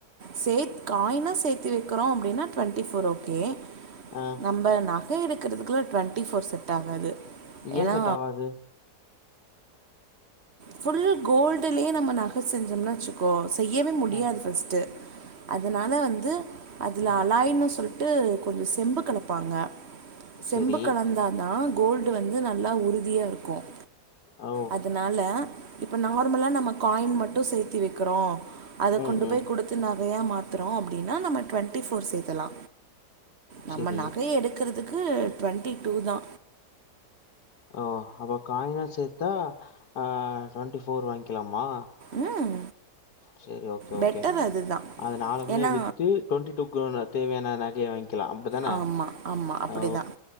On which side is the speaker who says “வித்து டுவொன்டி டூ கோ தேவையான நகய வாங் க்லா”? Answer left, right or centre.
Left